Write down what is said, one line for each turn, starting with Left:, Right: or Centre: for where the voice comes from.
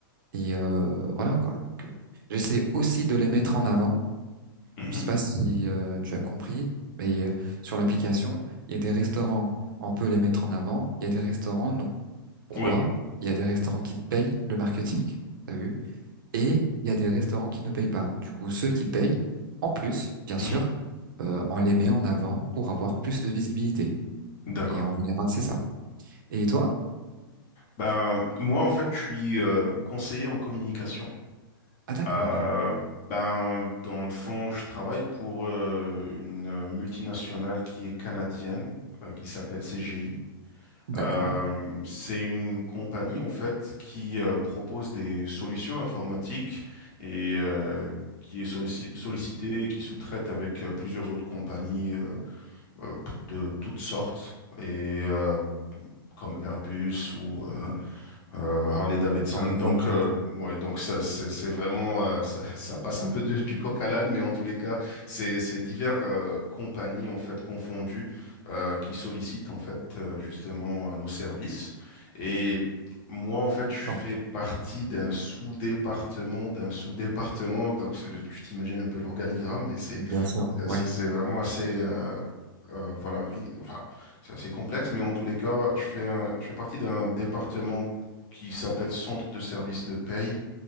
Right: Et euh, voilà quoi. Donc, euh, j'essaie aussi de les mettre en avant.
Left: mhm,
Right: Je sais pas si euh, tu as compris, mais euh, sur l'application, il y a des restaurants, on peut les mettre en avant. Il y a des restaurants, non. Pourquoi?
Left: oui.
Right: Il y a des restaurants qui payent le marketing. T'as vu? Et il y a des restaurants qui ne payent pas. Du coup, ceux qui payent, en plus, bien
Left: mhm,
Right: sûr, euh, on les met en avant pour avoir plus de visibilité.
Left: D'accord.
Right: Et en général, c'est ça. Et toi?
Left: Ben, moi, en fait, je suis euh, conseiller en communication.
Right: Ah, d'accord.
Left: Euh, ben, dans le fond, je travaille pour euh, une multinationale qui est canadienne, euh, qui s'appelle CGI.
Right: D'accord.
Left: Euh, c'est une compagnie en fait qui euh, propose des solutions informatiques et euh, qui est sollici- sollicitée et qui sous-traite avec euh, plusieurs autres compagnies euh, euh, de toutes sortes et euh, comme Airbus ou euh, euh, Harley Davidson.
Right: Alors, je vois
Left: Donc,
Right: le genre.
Left: euh, ouais, donc ça, c'est c'est vraiment, euh, ça, ça passe un peu de- du coq à l'âne, mais en tous les cas, c'est c'est divers euh, compagnies en fait confondues euh, qui sollicitent en fait euh, justement euh, nos services. Et moi, en fait, je fais
Right: Bon,
Left: partie d'un sous-département, d'un sous-département. Donc, c'est- tu t'imagines un peu l'organigramme, mais c'est
Right: bien sûr. Ouais.
Left: c'est c'est vraiment assez. euh, euh, voilà, ri- enfin, c'est assez complexe, mais en tous les cas, je fais, un- je fais partie d'un département qui s'appelle Centre de services de paye,